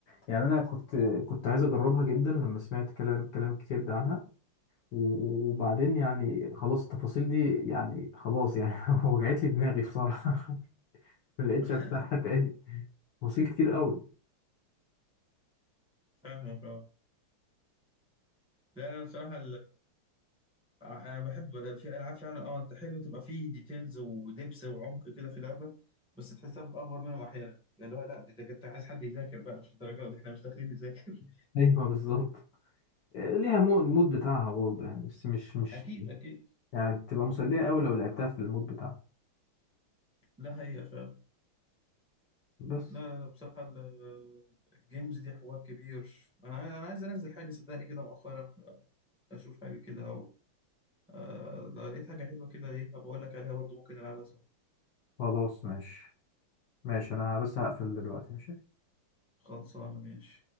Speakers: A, on the left (about 60°); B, in the centre.
A: يعني أنا كنت كنت عايز أجربها جدا لما سمعت كلام كلام كتير ده عنها و- وبعدين يعني خلاص التفاصيل دي يعني خلاص يعني <laughs> وجعت لي دماغي بصراحة <laughs> ما بقتش
B: <laughs>
A: أفتحها تاني تفاصيل كتير قوي
B: فاهمك اه لا لا بصراحة انا بحب في العاب فعلا اه انت حلو تبقى فيه ديتيلز ودبس وعمق كده في اللعبه بس تحسها بتأفور منهم احيانا يعني اللي هو لا دي ده انت عايز حد يذاكر بقى مش الدرجه دي احنا مش داخلين نذاكر
A: <laughs> أيوه بالظبط ليها مو- المود بتاعها برضه يعني بس مش مش
B: <laughs> اكيد اكيد
A: يعني تبقى مسلية قوي لو لعبتها في المود بتاعها
B: ده حقيقه فعلا
A: بس
B: لا لا لا، بصراحه ال- الجيمز دي حوار كبير انا عايز- انا عايز انزل حاجه صدقني كده مؤخرا اشوف حاجه كده لو آه، لو لقيت حاجه حلوه كده ايه بقول لك عليها برضو ممكن نلعبها سوا
A: خلاص ماشي ماشي انا بس هقفل دلوقتي ماشي
B: خلصانه ماشي